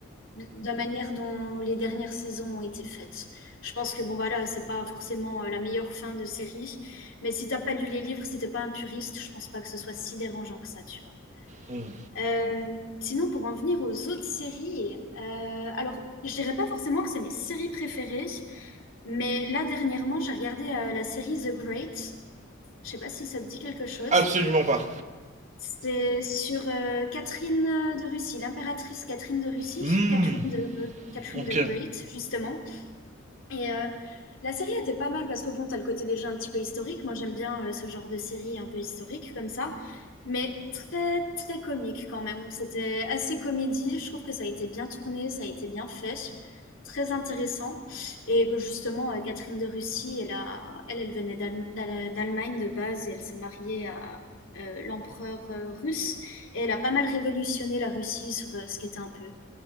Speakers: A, on the left; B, on the right.
A: de la manière dont les dernières saisons ont été faites. Je pense que bon voilà, là, c'est pas forcément euh, la meilleure fin de série, mais si t'as pas lu les livres, si t'es pas un puriste, je pense pas que ce soit si dérangeant que ça, tu vois.
B: Hmm.
A: Euh, sinon pour en venir aux autres séries, euh, alors je dirais pas forcément que c'est mes séries préférées. Mais là, dernièrement, j'ai regardé euh, la série The Great. Je sais pas si ça te dit quelque chose.
B: Absolument pas.
A: C'est sur euh, Catherine de Russie, l'impératrice Catherine de Russie,
B: Hmm,
A: Catherine de, Catherine
B: ok.
A: the Great, justement. Et euh, la série était pas mal parce que bon, t'as le côté déjà un petit peu historique. Moi, j'aime bien euh, ce genre de série un peu historique comme ça, mais très très comique quand même. C'était assez comédie. Je trouve que ça a été bien tourné, ça a été bien fait, très intéressant. Et bon, justement, euh, Catherine de Russie, elle a, elle, elle venait d'Al- d'Al- d'Allemagne de base et elle s'est mariée à euh, l'empereur euh, russe et elle a pas mal révolutionné la Russie sur euh, ce qui était un peu